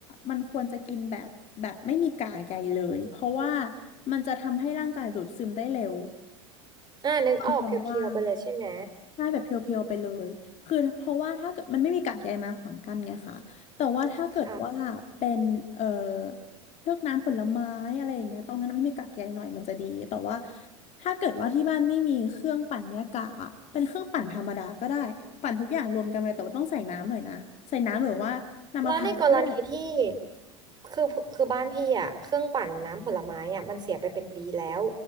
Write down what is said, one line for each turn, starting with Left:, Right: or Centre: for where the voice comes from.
Left: มันควรจะกินแบบแบบไม่มีกากใยเลยเพราะว่ามันจะทำให้ร่างกายดูดซึมได้เร็ว
Right: อ่านึกออกเพียวๆไปเลยใช่ไหม
Left: ตอนท้องว่างใช่แบบเพียวๆไปเลยคือเพราะว่าถ้าเกิดมันไม่มีกากใยมาขวางกั้นไงคะแต่ว่าถ้าเกิดว่าเป็นเอ่อ
Right: ค่ะ
Left: พวกน้ำผลไม้อะไรอย่างเงี้ยตรงนั้นไม่มีกากใยหน่อยมันจะดีแต่ว่าถ้าเกิดว่าที่บ้านไม่มีเครื่องปั่นแยกกากอ่ะเป็นเครื่องปั่นธรรมดาก็ได้ปั่นทุกอย่างรวมกันเลยแต่ว่าต้องใส่น้ำหน่อยนะใส่น้ำหรือว่าน้ำมะพร้าวก็ได้
Right: แล้วในกรณีที่คือคือบ้านพี่อ่ะเครื่องปั่นน้ำผลไม้อ่ะมันเสียไปเป็นปีแล้ว